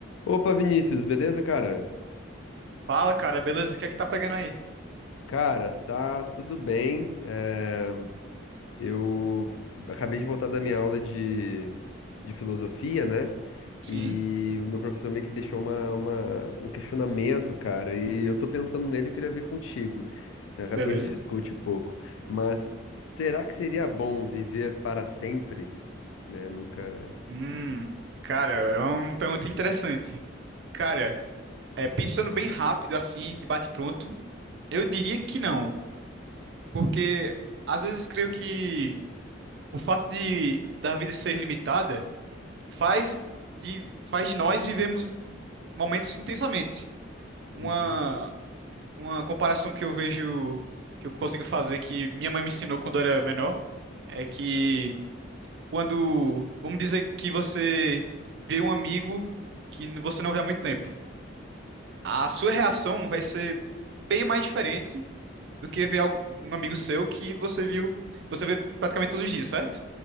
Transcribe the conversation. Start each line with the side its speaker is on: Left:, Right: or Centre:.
Left: Opa, Vinícius, beleza, cara?
Right: Fala, cara, beleza? O que é que tá pegando aí?
Left: Cara, tá tudo bem. eh, Eu acabei de voltar da minha aula de, de filosofia, né?
Right: Sim.
Left: E o meu professor meio que deixou uma, uma- um questionamento, cara, e eu tô pensando nele, eu queria ver contigo. né? Depois
Right: Beleza?
Left: a gente discute um pouco. Mas será que seria bom viver para sempre? Né? Nunca.
Right: Hum, cara, é uma pergunta interessante. Cara, é, pensando bem rápido assim, de bate-pronto, eu diria que não, porque às vezes creio que o fato de da vida ser limitada faz de faz de nós vivemos momentos intensamente. Uma
Left: Uhum.
Right: uma comparação que eu vejo que eu consigo fazer que minha mãe me ensinou quando eu era menor é que quando, vamos dizer que você vê um amigo que n- você não vê há muito tempo. A sua reação vai ser bem mais diferente do que ver algu- um amigo seu que você viu, você vê praticamente todos os dias, certo?